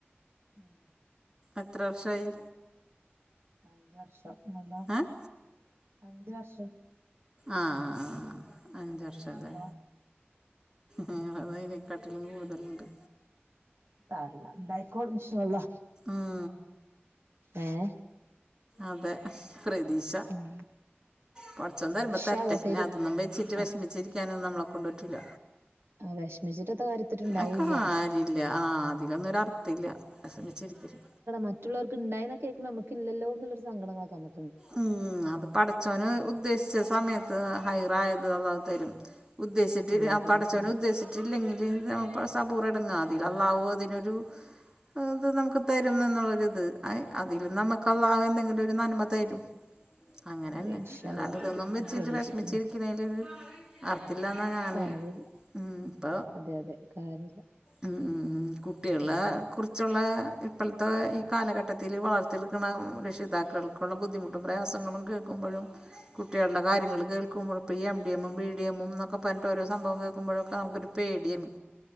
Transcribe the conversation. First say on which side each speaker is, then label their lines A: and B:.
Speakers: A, on the right; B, on the right.
A: ഉം
B: എത്ര വർഷായി?
A: അഞ്ച് വർഷം ഇങ്ങൾതോ
B: ഏഹ്
A: അഞ്ച് വർഷം
B: ആഹ് ആഹ് ആഹ് അഞ്ച് വർഷം
A: നിങ്ങൾതോ
B: ലെ ഞങ്ങളത് അയ്നേക്കാട്ടിലും കൂട്തല്ണ്ട്
A: സാരല്ല ഇണ്ടായ്ക്കോളും ഇൻഷാ അള്ളാ
B: ആഹ്
A: ഏഹ്
B: അതെ പ്രതീഷ
A: ഉം
B: കൊർച്ചൊന്ന് തരുമ്പോ
A: ഇൻഷാ
B: തര്ട്ടെ
A: അള്ളാ തരും
B: ഞഅതൊന്നും വെച്ചിട്ട് വെഷ്മിച്ച്
A: അത്
B: ഞാനൊന്നും നമ്മളെ കൊണ്ട് പറ്റുല
A: വിഷമിച്ചിട്ടത്തെ കാര്യത്തിട്ടുണ്ടാവൂല്ല
B: ഒക്കെ ആയി ഇല്ല ആഹ് അതിലൊന്നും ഒരു അർത്ഥ ഇല്യ വെശമിച്ചിരിക്കല്
A: മറ്റുള്ളോർക്ക് ഇണ്ടായിന്ന് കേക്കുമ്പോ നമക്ക് ഇല്ലല്ലോ എന്നുള്ളൊരു സങ്കടങ്ങളള് നമു
B: ഉം അത് പടച്ചോന് ഉദ്ദേശിച്ച സമയത്ത് ഹൈറായത് അള്ളാഹു തരും ഉദ്ദേശിച്ട്ടില്ല
A: അള്ളാഹു തരും
B: പടച്ചോന്
A: അത്രേള്ളൂ
B: ഉദ്ദേശി <unintelligible> സബൂർ അടങ്ങാതി അല്ലാഹു അതിനൊരു ഇത് നമുക്ക് തരും എന്നുള്ളൊരു ഇത് അതിൽ നമുക്കള്ളാഹു എന്തെങ്കിലും ഒരു നന്മ തരും അങ്ങനെന്നെ
A: അതെ ഇൻഷാ
B: അല്ലാണ്ട്
A: അല്ലാഹ്
B: ഇതൊന്നും
A: തരും
B: വെച്ചിട്ട്
A: എന്ന് പ്രതീക്ഷിക്കുന്നു
B: വിഷമിച്ചിരിക്കുന്നതില് ഒര് അർത്ഥല്ലാന്നാണ്
A: കാര്യല്ല
B: ഉം ഇപ്പ
A: അതെ അതെ കാര്യല്ല
B: ഉം ഉം കുട്ടികളെ കുർച്ചുള്ളെ ഇപ്പൾത്തെ ഈ കാലഘട്ടത്തില് വളർത്തി എട്ക്കണ രക്ഷിതാക്കൾ കുള്ള ബുദ്ധിമു പ്രയാസങ്ങളും കേൾക്കുമ്പഴും കുട്ടികളെ കാര്യങ്ങൾ കേൾക്കുമ്പയും ഇപ്പോ ഈ എംഡി എമ്മും ബിഡി എമ്മും എന്നൊക്കെ പർഞ്ട്ട് ഓരോ സംഭവം കേക്കുമ്പോഴൊക്കെ നമുക്ക് ഒരു പെടിയെന്നു